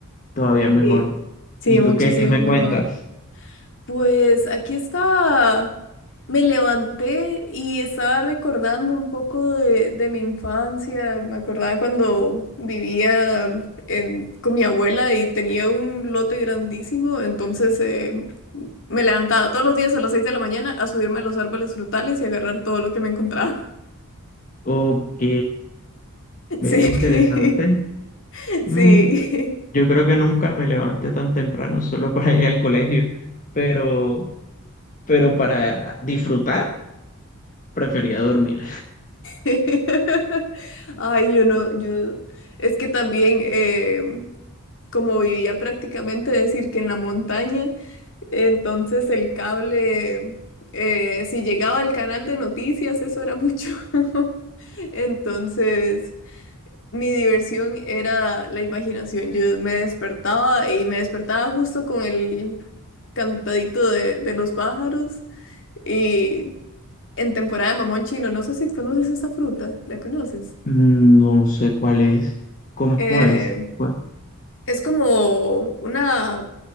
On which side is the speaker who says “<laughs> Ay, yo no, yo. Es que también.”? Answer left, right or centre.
Left